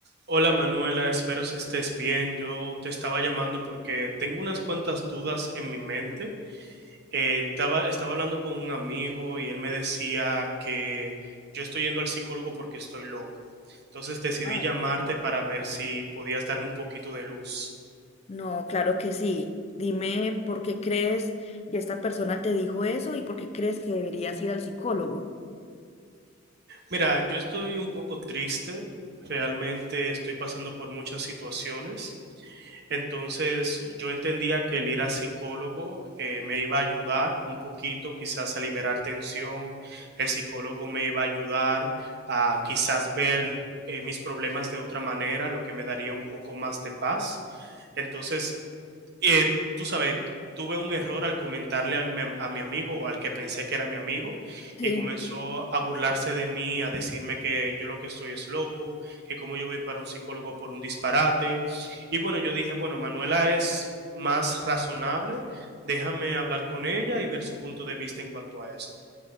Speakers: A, on the right; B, on the left.
A: Hola Manuela, espero que estés bien. Yo te estaba llamando porque tengo unas cuantas dudas en mi mente. Eh, estaba, estaba hablando con un amigo y él me decía que yo estoy yendo al psicólogo porque estoy loco. Entonces decidí
B: Ay.
A: llamarte para ver si podías darme un poquito de luz.
B: No, claro que sí. Dime por qué crees que esta persona te dijo eso y por qué crees que deberías ir al psicólogo.
A: Mira, yo estoy un poco triste. Realmente estoy pasando por muchas situaciones. Entonces yo entendía que el ir a psicólogo eh, me iba a ayudar un poquito quizás a liberar tensión, el psicólogo me iba a ayudar a quizás ver eh, mis problemas de otra manera, lo que me daría un poco más de paz. Entonces eh, tú sabes, tuve un error al comentarle al mi am- a mi amigo o al que pensé que era mi amigo
B: <laughs> Sí.
A: y comenzó a burlarse de mí, a decirme que yo lo que estoy es loco, que como yo voy para un psicólogo por un disparate. Y bueno, yo dije, bueno, Manuela es más razonable, déjame hablar con ella y ver su punto de vista en cuanto a esto.